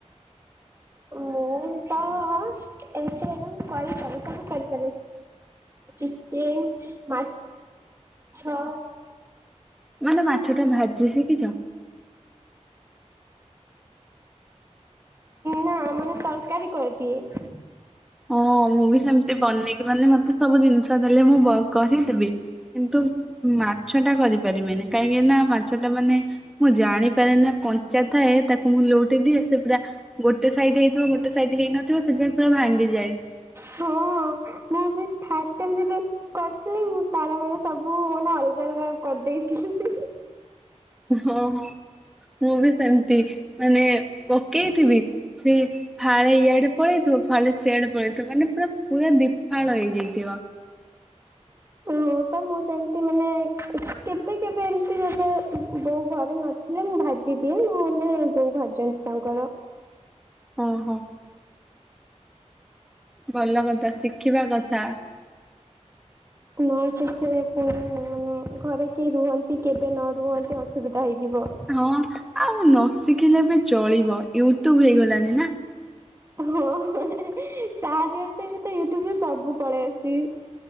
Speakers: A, on the right (about 20°); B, in the centre.
A: ମୁଁ, ତ ଏମିତି ହେଲେ ମୁଁ କରିପାରେ ସବୁ କରିପାରେ। ଚିକେନ୍ ମାଛ-ଅ।
B: ମାନେ ମାଛ ଟା ଭାଜି ଶିଖିଛ?
A: ନା ମାନେ ତରକାରୀ କରିଦିଏ।
B: ହଁ, ମୁଁ ବି ସେମତି ବନେଇକି, ମାନେ ମତେ ସବୁ ଜିନିଷ ଦେଲେ ମୁଁ କରିଦେବି। କିନ୍ତୁ ମାଛ ଟା କରିପାରିବିନି। କାହିଁକି ନା ମାଛ ଟା ମାନେ ମୁଁ ଜାଣିପାରେ ନା କଞ୍ଚା ଥାଏ, ତାକୁ ମୁଁ ଲୋଉଟେଇ ଦିଏ ସେ ପୁରା ଗୋଟେ ସାଇଡ୍ ହେଇଥିବ। ଗୋଟେ ସାଇଡ୍ ହେଇନଥିବ ସେଥିପାଇଁ ପୁରା ଭାଙ୍ଗିଯାଏ।
A: ହଁ, ମୁଁ ବି ଫାଷ୍ଟ୍ ଟାଇମ୍ ଯେବେ କରିଥିଲି, ମୁଁ ତାର ମାନେ ସବୁ ମାନେ ଅଲଗା ଅଲଗା କରିଦେଇଥିଲି?
B: ହଁ, ହଁ ମୁଁ ବି ସେମିତି। ମାନେ ପକେଇଥିବି ସେ ଫାଳେ ଇଆଡେ ପଳେଇଥିବ, ଫାଳେ ସିଆଡେ ପଳେଇଥିବ, ମାନେ ପୁରା ପୁରା ଦିଫାଳ ହେଇଯାଇଥିବ।
A: ଓ ତ ମୁଁ ସେମିତି ମାନେ କେବେ କେବେ ଏମତି ଏବେ ବୋଉ ଘରେ ନ ନାଇଁ ମୁଁ ଭାଜି ଦିଏ। ନହେଲେ ବୋଉ ଭାଜିନ୍ତି ତାଙ୍କର।
B: ହଁ, ହଁ। ଭଲ କଥା ଶିଖିବା କଥା।
A: ନ ଶଖିଲେ ପୁଣି ମାନେ ଘରେ କେ ରୁହନ୍ତି, କେବେ ନ ରୁହନ୍ତି, ଅସୁବିଧା ହେଇଯିବ।
B: ହଁ, ଆଉ ନ ଶିଖିଲେ ବି ଚଳିବ। ୟୁଟ୍ୟୁବ୍ ହେଇଗଲାଣିି ନା!
A: ହଁ, <unintelligible> ତା ଦିହରେ ତ ଏବେ ତ ୟୁଟ୍ୟୁବରେ ସବୁ ପଳେଇ ଆସୁଛି।